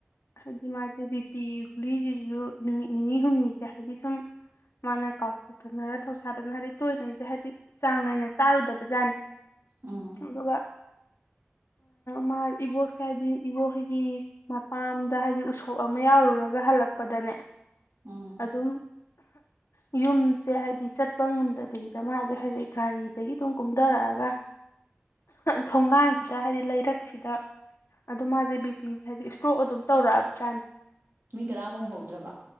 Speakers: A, on the left (about 85°); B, on the right (about 55°).
A: ꯍꯥꯏꯗꯤ ꯃꯥꯁꯦ ꯔꯤꯄꯤꯤ ꯒꯨꯂꯤꯁꯤꯁꯨ ꯅꯨꯃꯤꯠ ꯅꯤꯅꯤ ꯍꯨꯝꯅꯤꯁꯦ ꯍꯥꯏꯗꯤ ꯁꯨꯝ ꯃꯥꯅ ꯀꯥꯎꯊꯣꯛꯇꯅꯔ ꯊꯧꯁꯥꯗꯅ ꯍꯥꯏꯗꯤ ꯇꯣꯏꯅꯁꯦ ꯍꯥꯏꯕꯗꯤ ꯆꯥꯡ ꯅꯥꯏꯅ ꯆꯥꯔꯨꯗꯕꯖꯥꯠꯅꯤ
B: ꯎꯝ
A: ꯑꯗꯨꯒ ꯃꯥ ꯏꯕꯣꯛꯁꯦ ꯍꯥꯏꯗꯤ ꯏꯕꯣꯣꯏꯒꯤ ꯃꯄꯥꯟꯗ ꯍꯥꯏꯗꯤ ꯎꯁꯣꯞ ꯑꯃ ꯌꯥꯎꯔꯨꯔꯒ ꯍꯜꯂꯛꯄꯗꯅꯦ
B: ꯎꯝ
A: ꯑꯗꯨꯝ ꯌꯨꯝꯁꯦ ꯍꯥꯏꯗꯤ ꯆꯠꯄ ꯉꯝꯗꯕꯤꯗ ꯃꯥꯁꯦ ꯍꯥꯏꯗꯤ ꯒꯥꯔꯤꯗꯒꯤ ꯑꯗꯨꯝ ꯀꯨꯝꯊꯔꯛꯑꯒ ꯊꯣꯡꯒꯥꯟꯁꯤꯗ ꯍꯥꯏꯗꯤ ꯂꯩꯔꯛꯁꯤꯗ ꯑꯗꯣ ꯃꯥꯁꯦ ꯕꯤꯄꯤꯦ ꯍꯥꯏꯗꯤ ꯏꯁꯇ꯭ꯔꯣꯛ ꯑꯗꯨꯝ ꯇꯧꯔꯛꯑꯕꯖꯥꯠꯅꯦ
B: ꯃꯤ ꯀꯗꯥꯃꯨꯛ ꯍꯧꯗ꯭ꯔꯕ